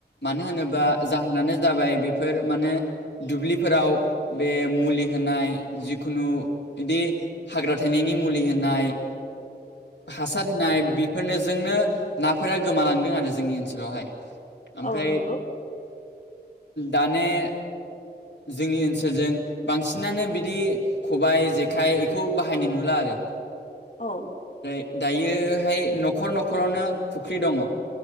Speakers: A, on the left; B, on the left.
A: मानो होनोबा जाहोनानो जाबाय बेफोर माने दुब्लिफोराव बे मुलि होनाय जिखुनु बिदि हाग्रा थायनायनि मुलि होनाय हासार होनाय बेफोरनोजोंनो नाफोरा गोमालांदों आरो जोंनि ओनसोलावहाय ओमफ्राय
B: औ नंगौ
A: दानया जोंनि ओनसोलजों बांसिनानो बिदि खबाइ जेखाइ बेखौ बाहायनाय नुला आरो
B: औ
A: ओमफ्राय दायोहाय न'खर न'खरावनो फुख्रि दङ